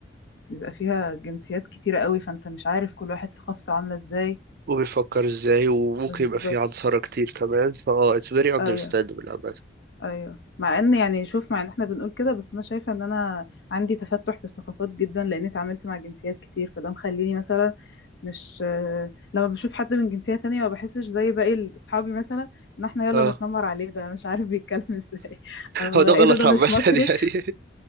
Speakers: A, on the left; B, on the right.
A: بيبقى فيها جنسيات كتيره قوي فانت مش عارف كل واحد ثقافته عامله ازاي
B: وبيفكر ازاي وممكن
A: بالظبط
B: يبقى فيه عنصرة كتير كمان فاه it's very
A: ايوه
B: understandable عامة
A: ايوه مع ان يعني شوف مع ان احنا بنقول كده بس انا شايفه ان انا عندي تفتح في الثقافات جدا لان اتعاملت مع جنسيات كتير فده مخليني مثلا مش آه، لما بشوف حد من جنسيه تانية ما بحسش زي باقي ال- اصحابي مثلا ان احنا يلا
B: اه
A: نتنمر عليه ده مش عارف بيتكلم <laughs> ازاي او
B: هو ده
A: ايه
B: غلط
A: ده ده مش
B: عامة
A: مصري <laughs>
B: يعني